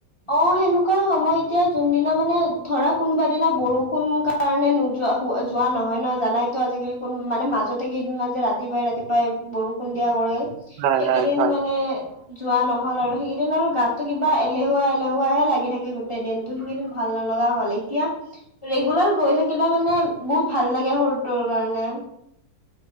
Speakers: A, on the left; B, on the right.
A: অ, সেনেকুৱাই সময় এতিয়া যোনদিনা মানে ধৰা কোনোবা দিনা বৰষুণ ক! কাৰণে নোযোৱা যোৱা নহয় ন! জানাই তো আজিকালি কোন মানে মাজতে কেইদিনমান যে ৰাতিপুৱাই ৰাতিপুৱাই বৰষু! খুন্দিয়া কৰিল
B: হয়
A: সেইকেইদিন
B: হয় হয়।
A: মানে যোৱা নহল আৰু সেইকেইদিন আৰু গাতটো কিবা <unintelligible> বা, এলেহুৱা, এলেহুৱাহে লাগি থাকে গোটেই দিনটো! সেইকেইদিন ভাল নলগা হ'ল এতিয়া, ৰেগুলাৰ গৈ থাকিলে মানে বহুত ভাল লাগে শৰুটোৰ কাৰণে!